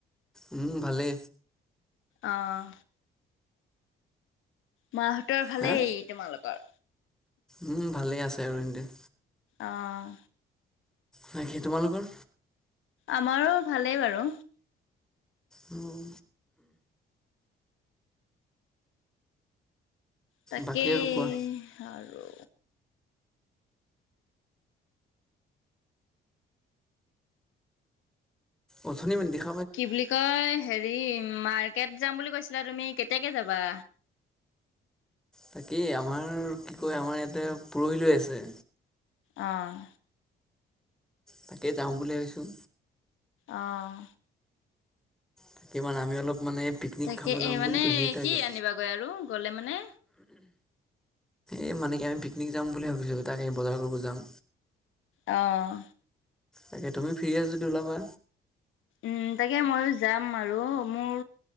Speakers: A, in the centre; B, on the left.
A: উম, ভালে।
B: অহ মাহঁতৰ ভালেই
A: হা
B: তোমালোকৰ?
A: উম, ভালে আছে আৰু নদিয়া।
B: অহ
A: বাকী তোমালোকৰ?
B: আমাৰো ভালেই বাৰু।
A: উম
B: তাকেই
A: বাকী আৰু কোৱা
B: আৰু
A: অথনি মান দিয়া
B: কি বুলি কয় হেৰি মাৰ কেট যাম বুলি কৈছিলা তুমি কেতিয়াকে যাবা?
A: তাকেই আমাৰ কি কয় আমাৰ ইয়াতে পৰহিলৈ আছে।
B: অহ
A: তাকে যাওঁ বুলি ভাবিছোঁ।
B: অহ
A: তাকে মানে আমি অলপ মানে পিকনিক
B: তাকে
A: খাব যাম
B: এ মানে
A: বুলি কৈছোঁ তাকে
B: কি আনিবাগৈ আৰু গ'লে মানে
A: এই মানে কি আমি পিকনিক যাম বুলি ভাবিছো তাক এই বজাৰ কৰিব যাম।
B: অহ
A: তাকে তুমি ফ্ৰী আছ যদি ওলাবা?
B: উম, তাকে মইও যাম আৰু মোৰ